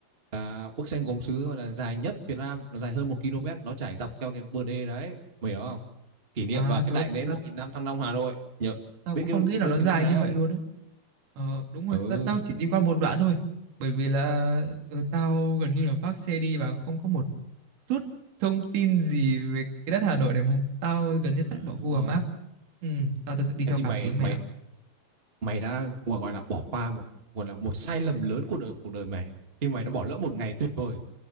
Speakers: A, on the right (about 30°); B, on the right (about 80°).
A: là bức tranh gốm sứ gọi là dài nhất Việt Nam nó dài hơn một km nó trải dọc theo cái bờ đê đấy mày hiểu không kỷ niệm
B: À
A: vào cái
B: trời
A: đại
B: ơi,
A: lễ
B: ta,
A: 1.000 năm Thăng Long Hà Nội nhớ
B: tao
A: biết
B: cũng không
A: cái
B: nghĩ là
A: biết
B: nó
A: cái
B: dài
A: năm đấy
B: như
A: không
B: vậy luôn á. Ờ, đúng rồi,
A: ừ
B: ta, tao chỉ đi qua một đoạn thôi. Bởi vì là ờ, tao gần như là vác xe đi và không có một chút thông tin gì về cái đất Hà Nội này mà tao gần như
A: ờ,
B: tắt bỏ
A: đúng
B: Google
A: rồi
B: Maps. Ừ, tao thật sự đi theo
A: thế thì
B: cảm
A: mày
B: tính
A: mày
B: mày ạ.
A: mày đã gọi là bỏ qua một gọi là một sai lầm lớn của đời cuộc đời mày khi mày đã bỏ lỡ một ngày tuyệt vời